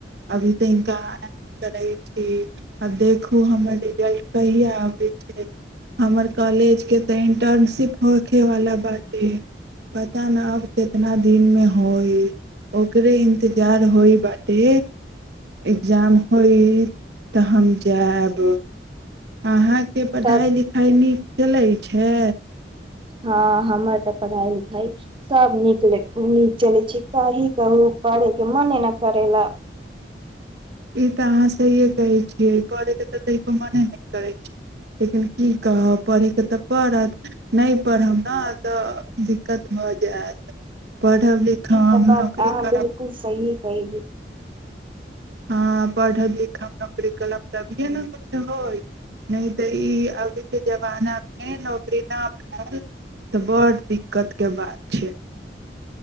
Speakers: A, on the right; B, on the right.
A: अभी तऽ इन्नक करै छी आ देखू हमर कहिया आबै छै हमर कॉलेज के तऽ इंटर्नशिप होयखे वला बात ऐ पता नहि अब कितना दिन मे होइ ओकरे इन्तजार होइ बटे एग्जाम होइ तऽ हम जायब अहाँके पढ़ाई
B: सब
A: लिखाई नीक चलै छै
B: हँ हमर तऽ पढ़ाइ लिखाइ सभ नीक नीक चलै छै की कहू पढ़यके मने ने करै लए
A: ई तऽ अहाँ सहिए कहै छियै पढ़यके तऽ तऽो मने नहि करैत छै लेकिन की कहब पढ़यके तऽ पड़त नहि पढ़ब ने तऽ दिक्कत भऽ जायत पढ़ब लिखब
B: ई तऽ बात
A: नौकरी
B: अहाँ
A: करब
B: बिलकुल सही कली
A: हँ पढ़ब लिखब नौकरी कलम त भी के ने किछु होय नहि तऽ ई अभीके जमानामे नौकरी नहि भेल तऽ बड़ दिक्कतके बात छै